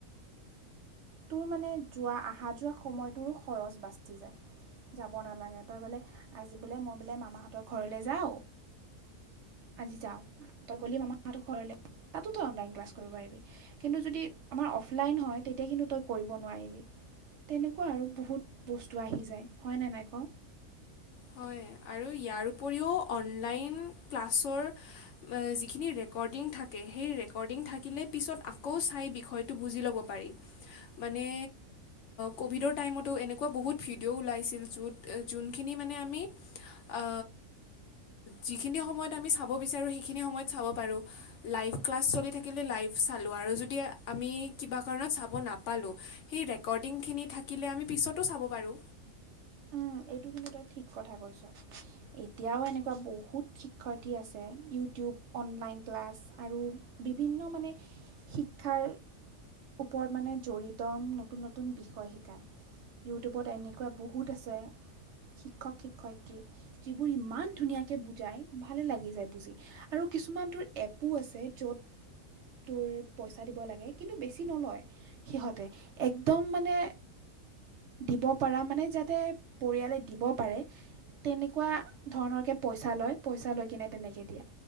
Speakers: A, on the right (about 65°); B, on the left (about 65°).
A: তোৰ মানে যোৱা, আহা যোৱা সময়টোৰো খৰচ বাচি যায়। যাব নালাগে, তই বোলে আজি বোলে মই বোলে মামাহঁতৰ ঘৰলৈ যাওঁ আজি যাওঁ, তই গলি মামাহঁতৰ ঘৰলে। তাতো তই অনলাইন ক্লাছ কৰিব পাৰিবি, কিন্তু যদি আমাৰ অফলাইন হয় তেতিয়া কিন্তু তই কৰিব নোৱাৰিবি। তেনেকুৱা আৰু বহুত বস্তু আহি যায়, হয়নে নাই কওঁ?
B: হয় আৰু ইয়াৰ উপৰিও অনলাইন ক্লাছৰ যিখিনি ৰেকৰ্ডিং থাকে সেই ৰেকৰ্ডিং থাকিলে পিছত আকৌ চাই বিষয়টো বুজি ল'ব পাৰি। মানে ক'ভিডৰ টাইমতো এনেকুৱা বহুত ভিডিঅ' ওলাইছিল, য'ত যোনখিন মানে আমি আ যিখিনি সময়ত আমি চাব বিচাৰো সেইখিন সময় চাব পাৰোঁ, লাইফ। ক্লাছ চলি থাকিলে লাইফ চালোঁ আৰু যদি আমি কিবা কাৰণত চাব নাপালোঁ, সেই ৰেকৰ্ড ৰেকৰ্ডিংখিনি থাকিলে আমি পিছতো চাব পাৰো।
A: উ। এইটো কিন্তু তই ঠিক কথা কৈছ। এতিয়াও এনেকুৱা বহুত শিক্ষয়িত্ৰী আছে ইউটিউব, অনলাইন ক্লাছ আৰু বিভিন্ন মানে শিক্ষাৰ ওপৰত মানে জড়িত নতুন-নতুন বিষয় শিকায়। ইউটিউবত এনেকুৱা বহুত আছে। শিক্ষক শিক্ষয়িত্ৰী যিবোৰ ইমান ধুনীয়াকে বুজায়, ভালে লাগি যায় বুজি আৰু কিছু কিছুমান তোৰ এপো আছে, য'ত তোৰ পইচা দিব লাগে। কিন্তু বেছি নলয় সিহঁতে একদম মানে দিব পৰা মানে যাতে পৰিয়ালে দিব পাৰে তেনেকুৱা ধৰণৰকে পইচা লয় পইচা লৈ কিনে তেনেকে দিয়ে,